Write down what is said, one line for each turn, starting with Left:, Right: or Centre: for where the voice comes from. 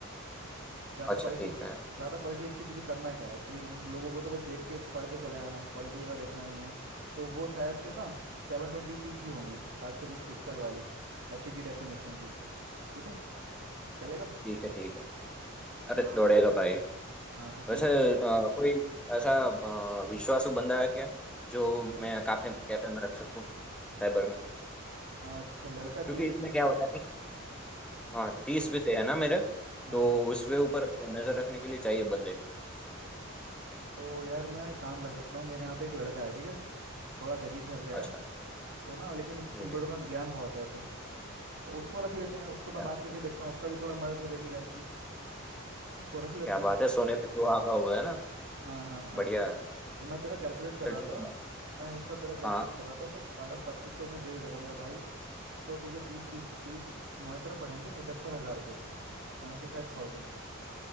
Right: ज़्यादा
Centre: अच्छा
Right: क्वालिटी
Centre: ठीक
Right: अच्छी
Centre: है
Right: ज़्यादा क्वालिटी अच्छी तुझे करना क्या है स्क्रीन उन लोगों को तो बस देख के पढ़ के चले जाना है क्वालिटी का देखना नहीं है तो वो शायद से ना सेवन ट्वेंटी पी की होंगी सात सौ बीस पिक्सल वाली एच डी डेफिनेशन की ठीक है चलेगा
Centre: ठीक है ठीक है अरे
Right: हाँ
Centre: दौड़ेगा भाई
Right: हाँ तो तीस
Centre: वैसे
Right: मिनट
Centre: अ, कोई ऐसा अ, विश्वासु बंदा है क्या जो
Right: अरे बहु-
Centre: मैं काफे कैफे में रख सकूँ साइबर में
Right: अच्छा लड़का चाहिए
Centre: क्योंकि इसमें
Right: हाँ
Centre: क्या होता है कि हाँ तीस पीसे है ना मेरे
Right: हाँ
Centre: तो
Right: हाँ
Centre: उसके ऊपर नजर रखने के लिए चाहिए बंदे
Right: तो यार मैं एक काम कर सकता हूँ मेरे यहाँ पे एक लड़का है ठीक है थोड़ा गरीब घर का
Centre: अच्छा
Right: है तो ना लेकिन उसको
Centre: जी
Right: कंप्यूटर का ज्ञान बहुत है उसे तो उसको रख लेते हैं उसको मैं
Centre: क्या
Right: बात करके देखता हूँ उसका भी थोड़ा मदद हो जाएगी घर की उसको रख लेते
Centre: क्या
Right: हैं
Centre: बात है सोने पे सुहागा हो गया ना
Right: हाँ हाँ हाँ
Centre: बढ़िया है
Right: तो मैं तेरा कैलकुलेट कर
Centre: चल
Right: रहा
Centre: ठीक
Right: था
Centre: है
Right: मैं हिस्सा तेरा कैलकुलेट
Centre: हाँ
Right: कर रहा था तो अगर पच्चीस सौ में दे देगा मेरा भाई तो तुझे तीस पीस तीस मॉनिटर पड़ेंगे पचहत्तर हजार के सेवेंटी फाइव थाउजेंड